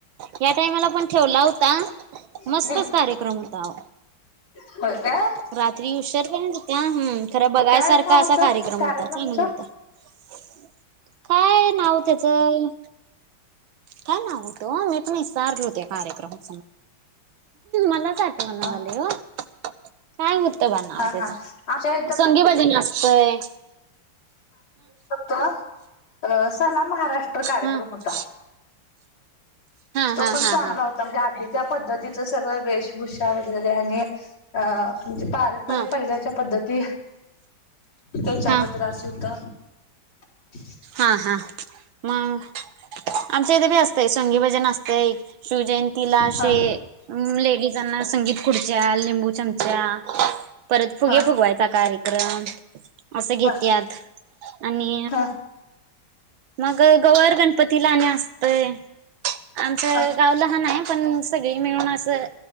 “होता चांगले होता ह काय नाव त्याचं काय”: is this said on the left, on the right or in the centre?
Right